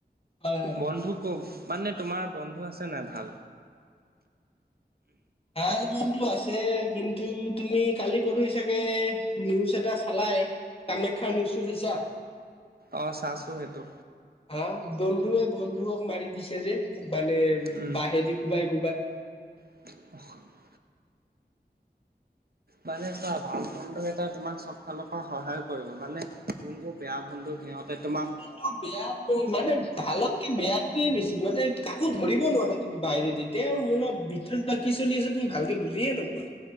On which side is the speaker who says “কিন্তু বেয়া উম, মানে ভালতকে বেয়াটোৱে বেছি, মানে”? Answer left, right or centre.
Left